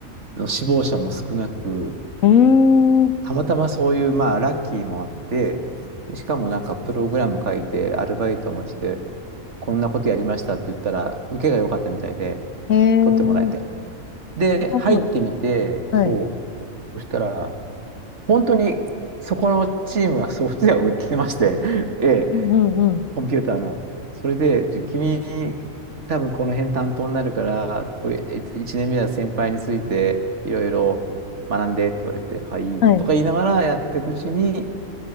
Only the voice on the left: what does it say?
うーん、
へえ、
すごい。
はい。
うん、うん、うん。
はい。